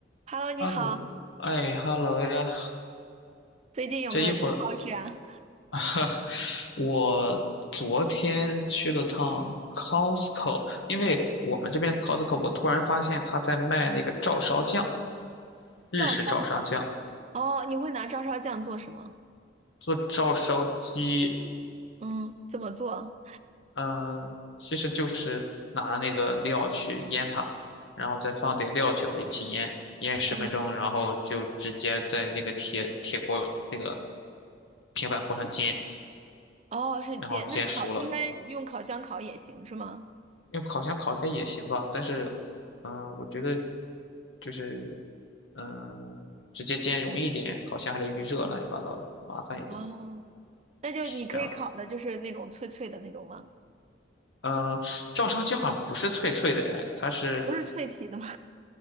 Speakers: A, on the right; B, on the left.
A: Hello，你好，
B: 哈喽，哎哈喽呀！
A: 最近有没有去超市啊？
B: 这一会儿，<laughs> 哈我昨天去了趟 Costco，因为我们这边 Costco，我突然发现他在卖那个照烧酱，日式照烧酱，
A: 照烧酱哦，你会拿照烧酱做什么？
B: 做照烧鸡，
A: 嗯，怎么做？
B: 嗯、其实就是拿那个料去腌它，然后再放点料酒一起腌，腌十分钟，
A: 嗯，
B: 然后就直接在那个铁铁锅那个平板锅上煎，
A: 哦，是煎，
B: 然后煎熟了，
A: 那烤应该用烤箱烤也行是吗？
B: 用烤箱烤应该也行吧，但是，嗯、我觉得就是，嗯、直接煎容易一点，烤箱还得预热，
A: 嗯
B: 乱七八糟的，麻烦一点，
A: 哦，那就你可以烤的就是那种脆脆的那种吗？
B: 是这样。嗯、照烧鸡好像不是脆脆的哎，它是
A: 不是脆皮的吗？